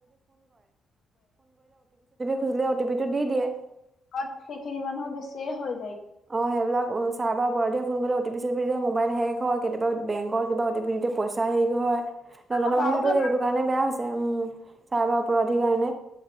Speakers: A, on the right; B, on the left.
A: খুজিলে টি টো দি দিয়ে
B: ঘত সেইখিনি মানুহো বেছিয়ে হৈয়
A: অ সেইবিলাক চাৰ বা বৰধ ফোন গ'লে অটি চিয়া মোবাইল হেক হয় কেতিয়াবা বেংকৰ কিবা অটিতিয়া পইচা হেক হয় নজনা
B: আমাৰ বাওতো
A: মানুহেতো
B: এবাৰ
A: সেইটো কাৰণে বেয়া হৈছে উম চাহ বা অপৰাধীৰ কাৰণে